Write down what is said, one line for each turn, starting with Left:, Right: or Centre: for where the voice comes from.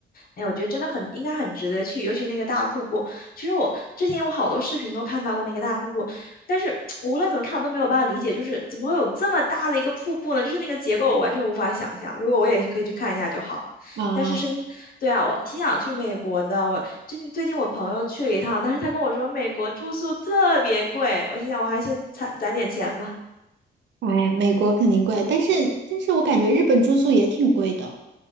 Left: 哎，我觉得真的很应该很值得去，尤其那个大瀑布。其实我之前我好多视频都看到过那个大瀑布，但是无论怎么看我都没有办法理解，就是怎么会有这么大的一个瀑布呢？就是那个结构我完全无法想象。如果我也可以去看一下就好了。
Right: 啊。
Left: 但是深，对啊，我挺想去美国的。我最近最近我朋友去了一趟，但是他跟我说美国住宿特别贵，我心想我还先攒攒点钱吧。
Right: 哎呀，美国肯定贵，但是但是我感觉日本住宿也挺贵的，